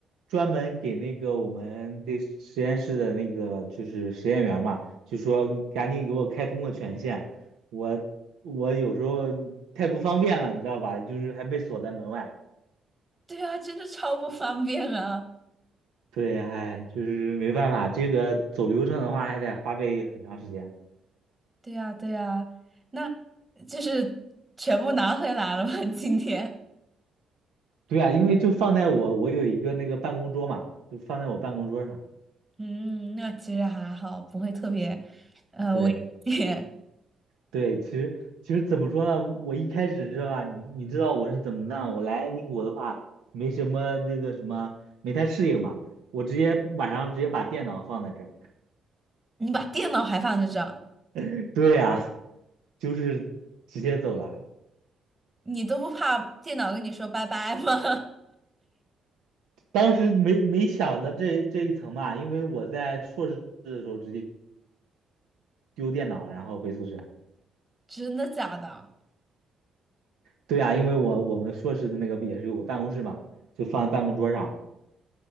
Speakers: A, on the right; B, on the right.
A: 专门给那个我们的实验室的那个就是实验员儿嘛，就说赶紧给我开通个权限，我我有时候太不方便了，你知道吧？就是还被锁在门外。
B: <laughs> 对啊，真的超不方便啊！
A: 对，哎，就是没办法，这个走流程的话还得花费很长时间。
B: 对啊，对啊，那就是全部拿回来了吗？<laughs> 今天？
A: 对啊，因为就放在我我有一个那个办公桌嘛，就放在我办公桌上。
B: 嗯，那其实还好，不会特别呃危险。
A: 对。对，其实其实怎么说呢？我一开始是吧，你你知道我是怎么弄？我来英国的话，没什么那个什么，没太适应嘛。我直接晚上直接把电脑放在这儿。
B: <laughs> 你把电脑还放在这儿，
A: <laughs> 对呀，就是直接走了。
B: 你都不怕电脑跟你说拜拜吗？
A: 当时没没想到这这一层嘛，因为我在硕士的时候直接丢电脑，然后回宿舍。
B: <laughs> 真的假的？
A: 对呀，因为我我们硕士的那个也是有个办公室嘛，就放在办公桌上。